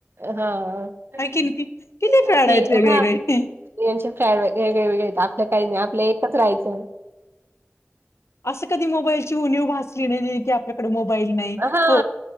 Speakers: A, on the right; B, on the left.
A: हा हा <unintelligible>
B: हाय की नाही किती फॅड आहेत वेगवेगळे.
A: यांचे फ्राय वेगळे वेगळे येत आपल्या काही नाही आपल्या एकच राहायचं
B: असं कधी मोबाईलची उणीव भासली नाही नाही की आपल्याकडे मोबाईल नाही
A: हा
B: हो